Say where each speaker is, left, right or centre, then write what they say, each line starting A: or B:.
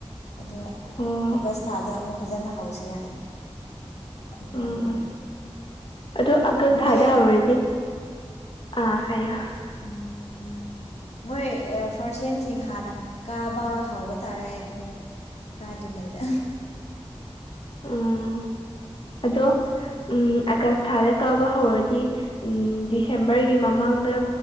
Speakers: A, on the left; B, on the left.
A: ꯑꯗꯨ ꯑꯥꯒꯁ꯭ꯠ
B: ꯑꯣ
A: ꯊꯥꯗ ꯑꯃꯨꯛ ꯐꯖꯅ ꯍꯧꯁꯦ ꯍꯥꯏꯌꯦ ꯑꯗꯨꯃꯥꯏ
B: ꯎꯝ
A: ꯄꯤꯔꯛꯑꯦ
B: ꯎꯝ ꯑꯗꯣ ꯑꯥꯒꯁ꯭ꯠ
A: ꯃꯣꯏ
B: ꯊꯥꯗ ꯍꯧꯔꯗꯤ ꯑꯥ ꯍꯥꯏꯌꯣ
A: <unintelligible> ꯃꯣꯏ ꯐꯥꯔꯁ ꯁꯦꯝꯁꯤꯡ ꯍꯥꯟꯅ ꯀꯥꯕ ꯍꯧꯕ ꯇꯥꯔꯦ ꯑꯩꯈꯣꯏ ꯀꯥꯗ꯭ꯔꯤꯉꯩꯗ
B: ꯎꯝ ꯑꯗꯣ ꯎꯝ ꯑꯥꯒꯁ꯭ꯇ ꯊꯥꯗ ꯀꯥꯕ ꯍꯧꯔꯗꯤ ꯎꯝ ꯗꯤꯁꯦꯝꯕꯔꯒꯤ ꯃꯃꯥꯡꯗ